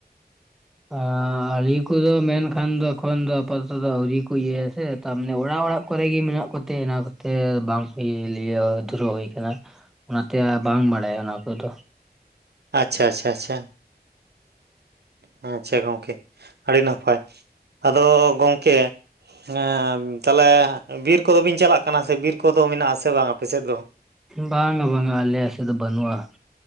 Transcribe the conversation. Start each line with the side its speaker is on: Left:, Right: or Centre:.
Centre: ᱟᱸ ᱟᱸᱨᱤ ᱠᱩᱫᱚ ᱢᱮᱱᱠᱷᱟᱱ ᱫᱚ ᱮᱠᱷᱚᱱ ᱫᱚ ᱟᱯᱟᱛᱚᱛᱚ ᱫᱚ ᱟᱹᱣᱨᱤ ᱠᱩ ᱤᱭᱟᱹᱭᱟ ᱥᱮ᱾ ᱛᱟ ᱢᱟᱱᱮ ᱚᱲᱟᱜ ᱚᱲᱟᱜ ᱠᱚᱨᱮ ᱜᱮ ᱢᱮᱱᱟᱜ ᱠᱚᱛᱮ ᱚᱱᱟ ᱠᱚᱛᱮ ᱵᱟᱝ ᱠᱚ ᱤᱭᱟᱹᱭ ᱞᱮᱭᱟ ᱫᱷᱩᱨᱟᱹᱣ ᱦᱩᱭ ᱠᱟᱱᱟ᱾ ᱚᱱᱟ ᱛᱮ ᱟ-ᱵᱟᱝ ᱵᱟᱲᱟᱭᱟ ᱚᱱᱟ ᱠᱚᱫᱚ᱾
Right: ᱟᱪᱪᱷᱟ ᱟᱪᱷᱟ ᱟᱪᱷᱟ᱾ ᱟᱪᱪᱷᱟ, ᱜᱚᱝᱠᱮ᱾ ᱟᱹᱰᱤ ᱱᱟᱯᱟᱭ, ᱟᱫᱚ ᱜᱚᱝᱠᱮ ᱦᱮᱸ ᱛᱟᱦᱚᱞᱮ ᱵᱤᱨ ᱠᱚᱫᱚ ᱵᱤᱱ ᱪᱟᱞᱟᱜ ᱠᱟᱱᱟ ᱥᱮ ᱵᱤᱨ ᱠᱚᱫᱚ ᱢᱮᱱᱟᱜᱼᱟ ᱥᱮ ᱵᱟᱝ ᱟᱯᱮᱥᱮᱫ ᱫᱚ?
Centre: ᱵᱟᱝᱼᱟ ᱵᱟᱝᱟ ᱟᱞᱮᱭᱟ ᱥᱮ ᱫᱚ ᱵᱟᱹᱱᱩᱜᱼᱟ᱾